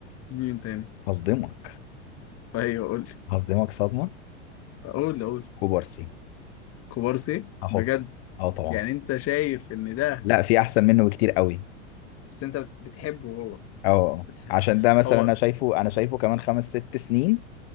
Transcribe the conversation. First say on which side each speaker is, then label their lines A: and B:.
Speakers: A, on the left (about 40°); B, on the left (about 60°).
A: مين تاني
B: هصدمك
A: ايوه قول لي
B: هصدمك صدمه
A: قول قول
B: كوبارسي
A: كوبارسي
B: هحطه
A: بجد
B: اه طبعا
A: يعني انت شايف ان ده
B: لا في احسن منه بكتير قوي
A: بس انت بت- بتحبه هو
B: اه آه. آه.
A: بتحب.
B: عشان ده مثلا
A: هو
B: انا شايفه انا شايفه كمان خمس ست سنين